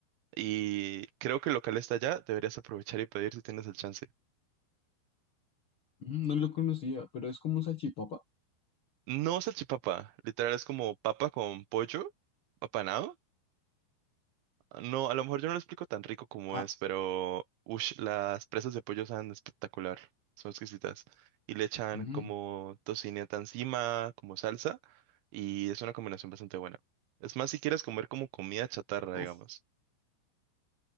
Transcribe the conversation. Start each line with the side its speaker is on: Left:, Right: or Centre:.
Right: y creo que el local está allá, deberías aprovechar y pedir si tienes el chance.
Left: No lo conocía, pero es como un salchipapa.
Right: No salchipapa, literal es como papa con pollo apanado. No, a lo mejor yo no lo explico tan rico como
Left: Ah,
Right: es, pero ush, las presas de pollo saben espectacular, son exquisitas. Y le echan
Left: mm,
Right: como tocineta encima, como salsa, y es una combinación bastante buena. Es más, si quieres comer como comida chatarra,
Left: uf,
Right: digamos.